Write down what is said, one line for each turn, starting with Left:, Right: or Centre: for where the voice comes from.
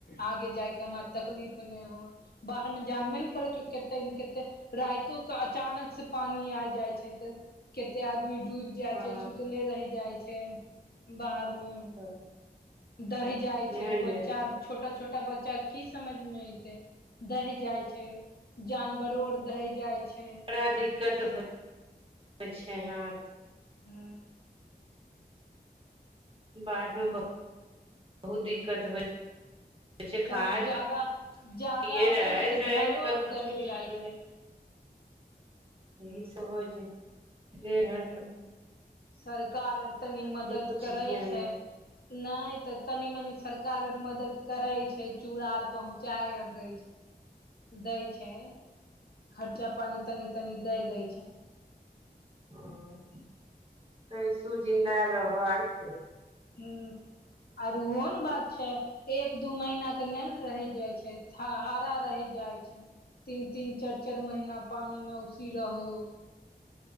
Left: आगे जायके हमरा तकलीफ नहि हो बाहरमे जानबे न करै छै। <unintelligible> के अचानकसे पानी आ जाय छै, त कते आदमी डूब जाइ
Right: हँ
Left: छै, सुतले रहि जाइ छै, बाहरमे
Right: अच्छा
Left: दहि जाई छै,
Right: नहि नहि
Left: बच्चा। छोटा छोटा बच्चाकि समझमे एयते दहि जाइ छै। जानवरो आर दहि जाय छै।
Right: बा दिक्कत हो होइ छै, हाँ।
Left: हु।
Right: बाढ़मे बहुत दिक्कत होइ। छै
Left: तब
Right: खाय
Left: ज्यादा। ज्यादा
Right: पिये
Left: होतौ
Right: रहै
Left: ने तऽ
Right: सहै
Left: घरो
Right: मे सबकुछ
Left: आर दह
Right: मे दिक्कत
Left: जाइ छै।
Right: हो
Left: ह
Right: छै ह
Left: सरकार आर तनि मदद
Right: कुछ
Left: करै
Right: ध्यान
Left: छै।
Right: नहि
Left: नहि तऽ तनी मनी सरकार आर मदद करे छै, चूड़ा आर पहुँचाय आर दै। दै छै, खर्चा पानी तनी तनी दऽ दै छै।
Right: ओ कैसहु जिन्दा रह आरकि।
Left: हूँ, आर ओहोने बात छै। एक दू महीनाके ने रहि जाय छै, हारा रहि जाय छै। तीन, तीन, चारि, चारि महीना पानिमे उसीह रहुँ।